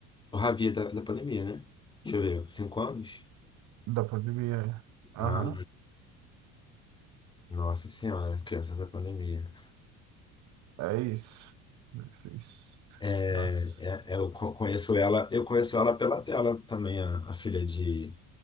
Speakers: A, on the left; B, on the right.
A: O Ravi é da, da pandemia, né? Deixa eu ver. cinco anos?
B: Da pandemia. é.
A: Ah,
B: Aham.
A: nossa senhora, criança da pandemia.
B: É isso. Esses
A: É,
B: traços.
A: é- eu co- conheço ela, eu conheço ela pela tela também, a, a filha de